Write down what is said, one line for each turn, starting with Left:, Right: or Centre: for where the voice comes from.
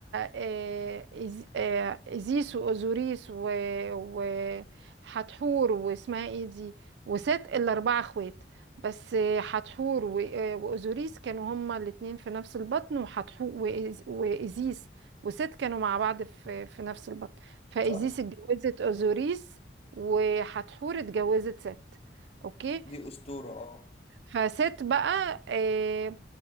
Right: آه، إز- آه، إزيس وأوزوريس و... وحتحور واسمها ايه دي وست الأربعة اخوات بس آه، حتحور و- آه، وأوزوريس كانوا هما الاتنين في نفس البطن وحتحور وإز- وإزيس وست كانوا مع بعض في في نفس البطن فإزيس
Left: صح
Right: اتجوزت أوزوريس وحتحور اتجوزت ست اوكي
Left: دي اسطوره اه
Right: فست بقى آه،